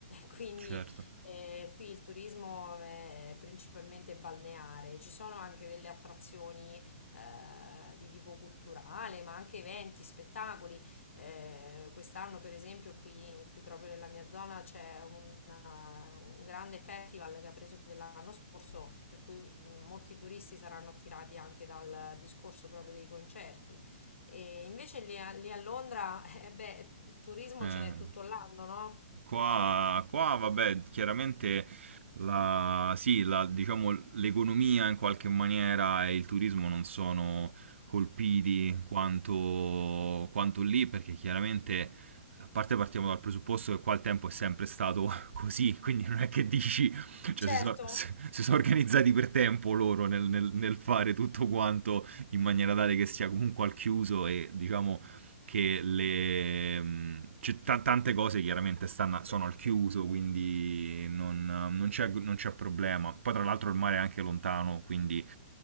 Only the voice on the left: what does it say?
Quindi
eh, qui il turismo è principalmente balneare, ci sono anche delle attrazioni eh, di tipo culturale, ma anche eventi, spettacoli. Eh, quest'anno, per esempio, qui, qui proprio nella mia zona c'è una- un grande festival che ha preso piede l'anno scorso, per cui mh, molti turisti saranno attirati anche dal discorso proprio dei concerti. E invece lì a, lì a Londra, eh, beh, turismo
ce n'è tutto l'anno, no?
Certo.